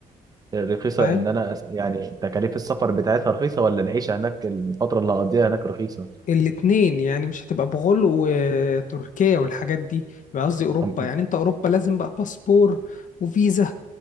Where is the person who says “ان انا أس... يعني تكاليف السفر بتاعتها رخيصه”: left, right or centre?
Right